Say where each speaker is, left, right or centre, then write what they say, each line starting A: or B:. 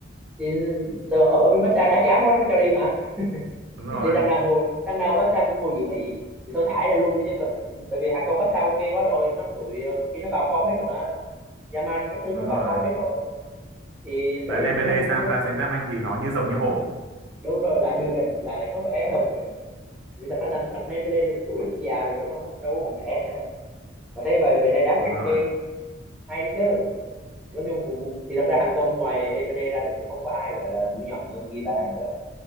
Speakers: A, in the centre; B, on the right.
A: thì tờ- ở, ở bên massage đã chán quá nó mới cho đi mà
B: Đúng rồi,
A: thì đằng nào ngồi đằng nào ở massage cũng ngồi dự bị thì thôi thải ra luôn đi chứ còn- bởi vì hàng công massage ok quá rồi nó tụi ờ, kia nó vào form hết rồi mà Yaman các thứ
B: đúng
A: nó vào
B: rồi.
A: form hết rồi thì
B: Đấy
A: đấy
B: Dembele
A: nhưng mà không
B: sang
A: đúng
B: Paris Saint-Germain thì nó như rồng như hổ.
A: đúng rồi lại được rồi lại lại có vẻ hợp rồi thì thật ra thằng thằng Dembele lên tuổi cũng già rồi mà đúng không nó cũng đâu có còn trẻ nữa mà thấy về về đây đá
B: Đúng
A: cũng ok
B: rồi.
A: hay đấy chứ nói chung cũng cũng thì thật ra hàng công ngoài Dembele ra thì cũng không có ai gọi là mũi nhọn nữa mà ghi bàn nữa